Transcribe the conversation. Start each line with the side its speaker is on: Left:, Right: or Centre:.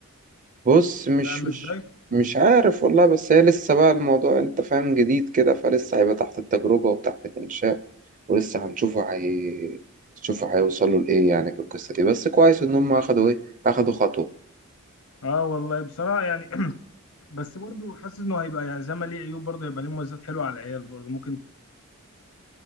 Right: بص مش
Left: فاهم
Right: مش
Left: ازاي
Right: مش عارف والله بس هي لسه بقى الموضوع أنت فاهم جديد كده فلسه هيبقى تحت التجربة وتحت الإنشاء ولسه هنشوفه هي شوفوا هيوصلوا لإيه يعني في القصة دي بس كويس إن هما أخدوا إيه أخدوا خطوة
Left: اه والله بصراحة يعني <clears throat> بس برضه حاسس انه هيبقى يعني زي ما ليه عيوب برضه هيبقى ليه مميزات حلوه على العيال برضه ممكن